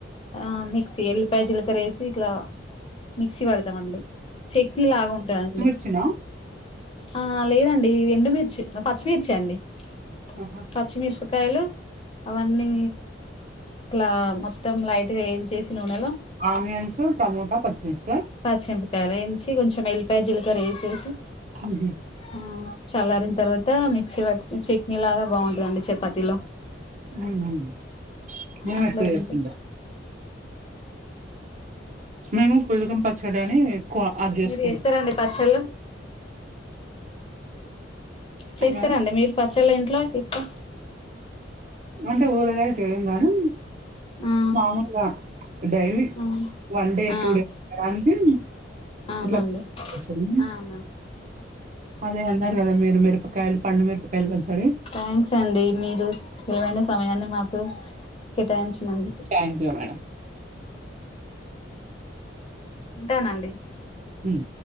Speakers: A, on the left; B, on the right.
A: ఆ మిక్సీ ఎల్లి ప్యాజీలకర్ర వేసి ఇట్లా మిక్సీ పడతామండి చట్నీలాగా ఉంటదండి
B: చ్చిన
A: ఆ లేదండి ఎండు మిర్చి చ్చి పచ్చిమిర్చి అండి <inaudible>
B: ఆహా!
A: పచ్చిమిరపకాయలు అవన్నీ ఇట్ల మొత్తం లైట్ గా ఏంచేసి నూనెలో
B: ఆనియన్సు టమోటా పచ్చిమిర్చ
A: పచ్చిపకాయలు ఏంచి కొంచెం ఎల్పయా జీలకర్ర ఎసేసి
B: ఉమ్
A: ఆ చల్లారిన తర్వాత మిక్సీ పట్టి చట్నీ లాగా బాగుంటదండి చపాతీలో
B: <unintelligible> మేమట్టే
A: అట్లా తింటే
B: చేసుకుంటాం మేము పులగం పచ్చడి అని ఎక్కువ అది చేసుకుంటాం
A: మీరు చేస్తారండి పచ్చళ్ళు చేస్తారండి
B: మేడం
A: మీరు పచ్చళ్లు ఇంట్లో ఎక్కువ
B: అంటే ఊరగాయ చేయం గాని
A: ఆ
B: మామూలుగా డైలీ
A: ఆ
B: వన్ డే
A: ఆ
B: టూ డే దానికి
A: అవునండి
B: ఇట్లా <unintelligible>
A: అవునా
B: అదే అన్నారు కదా మీరు మిరపకాయలు పండు మిరపకాయలు పచ్చడి
A: థ్యాంక్స్ అండి మీరు విలువైన సమయాన్ని మాకు కేటాయించినందుకు
B: థ్యాంక్ యూ మేడం
A: ఉంటానండి
B: ఉమ్